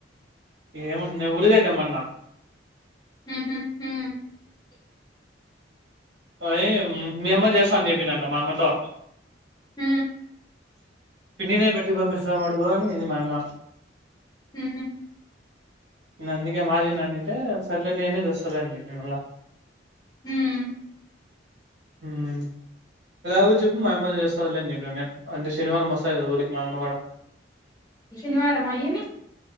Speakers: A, on the right; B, on the left.
A: ఏమన్నా ఊరిద అతేమ్మన్నా
B: హ
A: అయ్ మే అమ్మ చేస్తాను చెప్పినంట మామ్మతో
B: హ
A: పిన్నినే పెట్టికి పంపిస్తాం అడుగని నను మాయమ్మ
B: హ
A: అందుక మాజీ ననితే సర్లే నేనే చేస్తానండి మిమల్ల
B: హ్మ్
A: ఎ చెప్పడు మ దస జ శనివారం మాసం ఊరికి మ మగడ
B: శనివారమా ఏమి